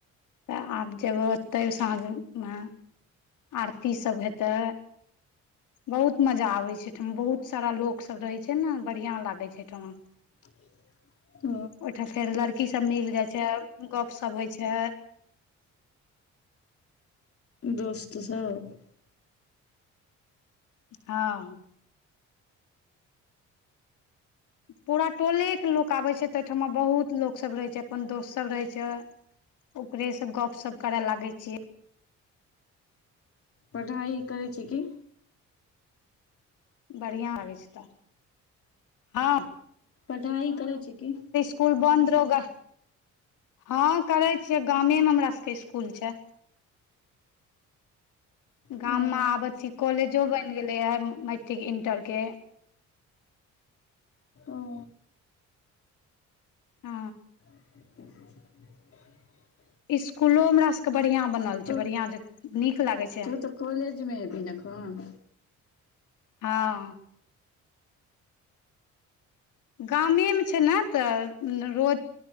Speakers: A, on the left (about 80°); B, on the left (about 50°).
A: तऽ आब जग ओतै साँझमे आरती सब हेतै बहुत मजा आबे छै ठम बहुत सारा लोक सब रहै छै न बढ़िया लागे छै ठमा।
B: <unintelligible> ह
A: ओईठा फेर लड़की सब मिल जाय छै गप सप होय छै,
B: दोस्त सब
A: हँ। पूरा टोले के लोक आबै छै तऽ ओहिठमा बहुत लोक सब रहै छै अपन दोस्त सब रहै छै, ओकरे स गप सप कर लागै छियै
B: पढ़ाई करै छी कि
A: बढ़िआ लागै छै तऽ ह
B: पढ़ाई करै छै कि
A: स्कूल बन्द रगा ह करे छियै गामे मे हमरा सभके स्कूल छै गाम
B: ओ
A: मे आबै छी कॉलेजो बनि गेलैए मैट्रिक इणटर के
B: ओ
A: ह
B: <inaudible>
A: स्कूललो हमरा सभके बढ़िआ बनल
B: तू
A: छै बढ़िआ जे नीक लागै छै
B: तू तऽ कॉलेज मे है भी ने कहन
A: ह गामे मे छै ने तऽ रो